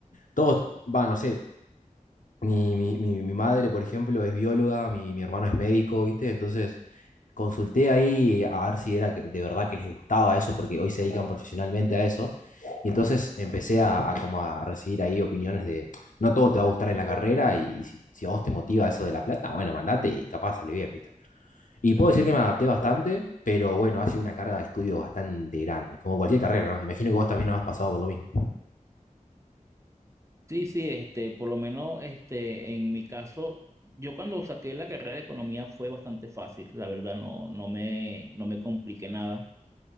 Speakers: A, on the left; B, on the right.
A: todos, va, no sé, mi, mi, mi, mi madre, por ejemplo, es bióloga, mi, mi hermano es médico, ¿viste? Entonces consulté ahí a ver si era que de verdad que les gustaba eso, porque hoy se dedican profesionalmente a eso. Y entonces empecé a, a como a recibir ahí opiniones de, no todo te va a gustar en la carrera y, si, si a vos te motiva eso de la plata, bueno, mandate y capaz sale bien, ¿viste? Y puedo decir que me adapté bastante, pero bueno, ha sido una carga de estudio bastante grande, como cualquier carrera, ¿no? Imagino que vos también no has pasado por lo mismo.
B: Sí, sí, este, por lo menos este, en mi caso, yo cuando saqué la carrera de economía fue bastante fácil, la verdad no, no me, no me compliqué nada,